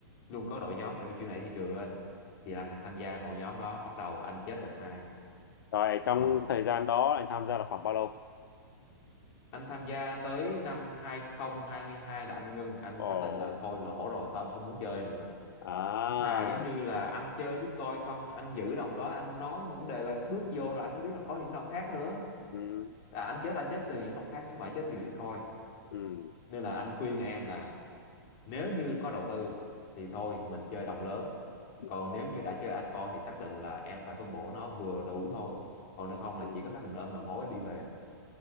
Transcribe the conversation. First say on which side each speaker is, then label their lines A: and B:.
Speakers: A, on the left (about 40°); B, on the left (about 75°).
A: luôn có đội nhóm để mà chuyên đẩy thị trường lên thì anh là tham gia hội nhóm đó bắt đầu anh chết đợt hai
B: rồi trong
A: rồi
B: thời gian đó anh tham gia là khoảng bao lâu
A: anh tham gia tới năm 2022 là anh ngưng anh
B: Ồ
A: xác định là thôi lỗ rồi thôi anh không muốn chơi nữa
B: à
A: thà giống như là anh chơi Bitcoin không anh giữ đồng đó anh không nói vấn đề là bước vô rồi anh mới biết là có những đồng khác nữa
B: ừ
A: à, anh chết là anh chết từ những đồng khác chứ không phải chết vì Bitcoin
B: ừ
A: nên là anh khuyên em là nếu như có đầu tư thì thôi mình chơi đồng lớn
B: ừ
A: còn nếu như đã chơi anh coi thì xác định là em phải phân bổ nó vừa đủ thôi còn nếu không là
B: ừ.
A: chỉ có xác định là ôm đầu mối em đi về